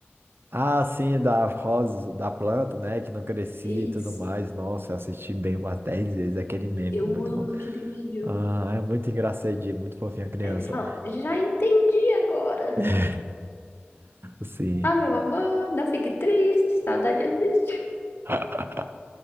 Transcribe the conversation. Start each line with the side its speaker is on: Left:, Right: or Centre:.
Right: Ah, sim, da rosa, da planta, né? Que não crescia
Left: Isso,
Right: e tudo mais. Nossa, eu assisti bem umas 10 vezes aquele meme.
Left: eu
Right: Muito
Left: amo
Right: bom.
Left: aquele vídeo.
Right: Ah, é muito engraçadinho, muito fofinha a criança.
Left: Aí ele fala, já entendi agora.
Right: <laughs> Sim.
Left: Ah, meu amor, não fique triste, saudade existe.
Right: <laughs>